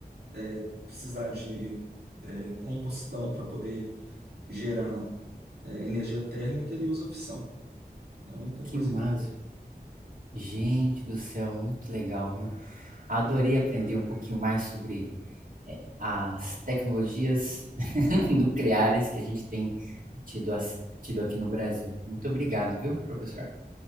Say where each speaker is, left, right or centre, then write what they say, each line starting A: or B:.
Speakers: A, on the right; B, on the right.
A: é, precisar de é, combustão para poder gerar é, energia térmica, ele usa fissão. É a única
B: que
A: coisa
B: máximo.
A: que muda.
B: Gente do céu, muito legal, viu? Adorei aprender um pouquinho mais sobre é, as tecnologias <laughs> nucleares que a gente tem tido, tido aqui no Brasil. Muito obrigado, viu, professor?